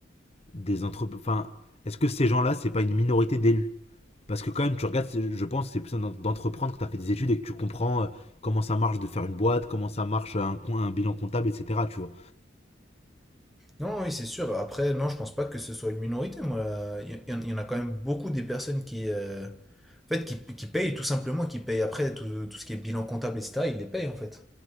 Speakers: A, on the left; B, in the centre.
A: des entreprises. Enfin, est-ce que ces gens-là, c'est pas une minorité d'élus Parce que quand même, tu regardes, c'est- je pense, que c'est plus d'en- d'entreprendre quand t'as fait des études et que tu comprends euh, comment ça marche de faire une boîte, comment ça marche euh, un, co- un bilan comptable, etc. Tu vois.
B: vois. Non, oui, c'est sûr. Après, non, je pense pas que ce soit une minorité, moi. Il y, il y en a quand même beaucoup des personnes qui, euh, en fait, qui, qui payent, tout simplement, qui payent après tout, tout ce qui est bilan comptable, etc. Ils les payent, en fait.